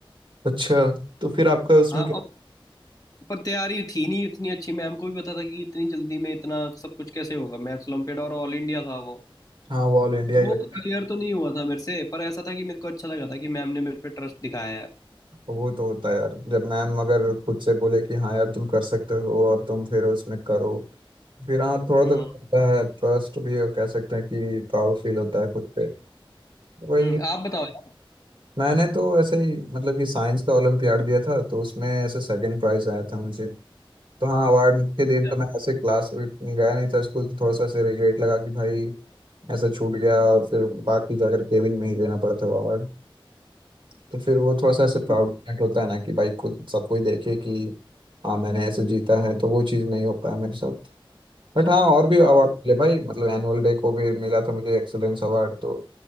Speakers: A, on the right (about 65°); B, on the left (about 40°).
A: अच्छा तो फिर आपका उसमें
B: हाँ
A: क्या
B: और पर तैयारी थी नहीं इतनी अच्छी मैम को भी पता था कि इतनी जल्दी में इतना सब कुछ कैसे होगा मैथ्स ओलंपियाड और ऑल इंडिया था वो
A: हाँ वो ऑल इंडिया
B: तो
A: ही
B: वो
A: रहता
B: क्लियर
A: है
B: तो नहीं हुआ था मेरे से पर ऐसा था कि मेरे को अच्छा लगा था कि मैम ने मेरे पे ट्रस्ट दिखाया यार
A: वो तो होता है यार जब मैम अगर खुद से बोले कि हाँ यार तुम कर सकते हो और तुम फिर उसमें करो फिर हाँ थोड़ा
B: हम्म
A: तो होता है ट्रस्ट भी और कह सकते हैं कि प्राउड फील होता है खुद पे वही
B: हम्म आप बताओ यार
A: मैंने तो ऐसे ही मतलब कि साइंस का ओलम्पियाड दिया था तो उसमें ऐसे सेकंड प्राइज आया था मुझे तो हाँ अवार्ड के दिन
B: अच्छा
A: तो मैं ऐसे क्लास गया नहीं था स्कूल तो थोड़ा सा ऐसे रिग्रेट लगा कि भाई ऐसा छूट गया और फिर बाकी जाकर केबिन में ही लेना पड़ा था वो अवार्ड तो फिर वो थोड़ा सा ऐसे प्राउड
B: हम्म,
A: मोमेंट होता है ना कि भाई खुद सब कोई देखे कि हाँ मैंने ऐसे जीता है तो वो चीज़ नहीं हो पाया मेरे साथ बट हाँ और भी अवार्ड
B: हाँ
A: मिले भाई मतलब एनुअल डे को भी मिला था मुझे एक्सीलेंस अवार्ड तो